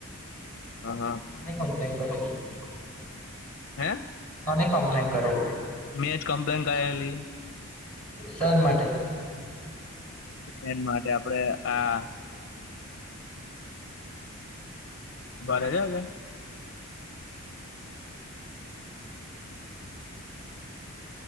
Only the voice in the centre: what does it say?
અને કોમ છે <unintelligible>
કોની કમ્પ્લેન કરેલી.
શાન માટે.